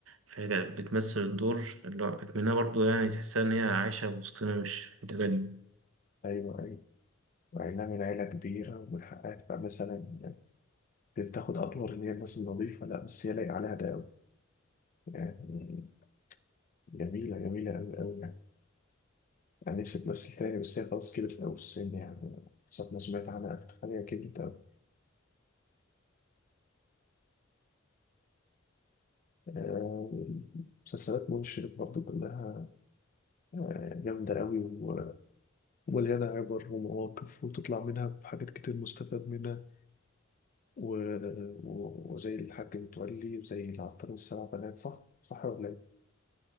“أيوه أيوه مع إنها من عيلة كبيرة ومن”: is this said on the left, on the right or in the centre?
Left